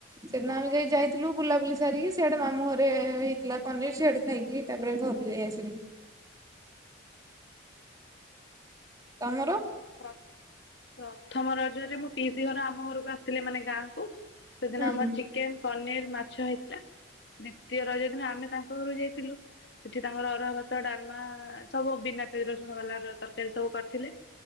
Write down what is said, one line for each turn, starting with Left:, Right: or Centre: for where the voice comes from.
Right: ସେଦିନ ଆମେ ଯାଇ ଯାଇଥିଲୁ ବୁଲାବୁଲି ସାରିକି ସିଆଡ଼େ ମାମୁ ଘରେ ହେଇଥିଲା ପନିର ସିଆଡ଼େ ଖାଇକି ତାପରେ ଘରୁକୁ ଯାଇ ଆସିଲି।
Left: <inaudible>
Right: ତମର?
Left: ପ୍ରଥ ପ୍ରଥମ ରଜରେ ମୋ ପିଇସି ଘର ଆମ ଘରକୁ ଆସିଥିଲେ। ମାନେ ଗାଁ ଓହ୍‌ ସେଦିନ
Right: ହୁଁ
Left: ଆମର
Right: ହୁଁ
Left: ଚିକେନ୍‌, ପନିର୍, ମାଛ ହେଇଥିଲା। ଦ୍ଵିତୀୟ ରଜ ଦିନ ଆମେ ତାଙ୍କ ଘରକୁ ଯାଇଥିଲୁ। ସେଠି ତାଙ୍କର ଅରୁଆ ଭାତ ଡ଼ାଲମା ସବୁ ବିନା ତେଲ ରସୁଣ ବାଲା ର ତରକାରୀ ସବୁ କରିଥିଲେ।